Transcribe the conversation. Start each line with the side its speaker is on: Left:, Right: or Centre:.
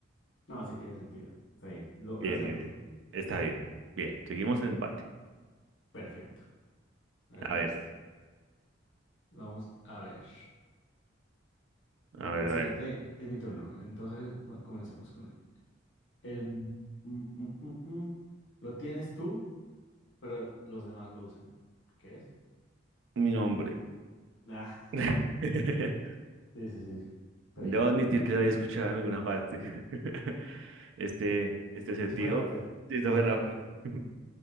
Left: No, sí tiene sentido. Está bien, lo,
Right: Bien,
Left: lo acepto.
Right: bien, bien. Está bien. Bien. Seguimos en empate.
Left: Perfecto. A ver
Right: A
Left: con
Right: ver,
Left: este. Vamos a ver.
Right: a
Left: El
Right: ver, a
Left: siguiente
Right: ver.
Left: es mi turno. Entonces po- comencemos con él. El, mm, mm, mm, mm. Lo tienes tú, pero los demás lo usan. ¿Qué es?
Right: Mi nombre.
Left: Ah.
Right: <laughs>
Left: <laughs> Sí, sí, sí. Está
Right: Debo
Left: bien.
Right: admitir que lo había escuchado en alguna parte. <laughs> Este, este sentido.
Left: Ese fue rápido.
Right: Esto
Left: Ese
Right: fue
Left: fue
Right: rápido.
Left: rápido.
Right: <laughs>